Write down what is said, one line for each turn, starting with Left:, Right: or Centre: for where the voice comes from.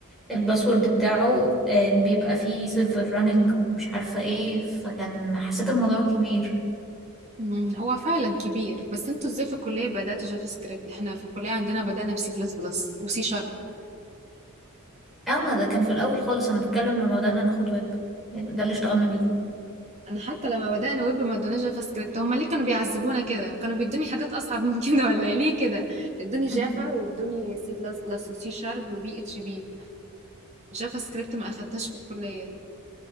Centre: الباسورد بتاعه آه، بيبقى فيه سيرفر راننج ومش عارفة ايه فكان حسيت الموضوع كبير
Right: مم، هو فعلا كبير بس انتوا ازاي في الكلية بدأتوا جافا سكريبت احنا في الكلية عندنا بدأنا بسي بلس بلس وسي
Centre: اما ده كان في الاول خالص انا بتكلم لما بدأنا ناخد ويب ده
Right: شارب
Centre: اللي اشتغلنا بيه
Right: انا حتى لما بدأنا ويب ما ادوناش جافا سكريبت هما ليه كانوا بيعذبونا كده كانوا بيدوني حاجات اصعب من كده ولا إيه؟ ليه كده ادوني جافا
Centre: <laughs>
Right: وادوني سي بلس بلس وسي شارب وبي اتش بي جافا سكريبت ما اخدتهاش في الكلية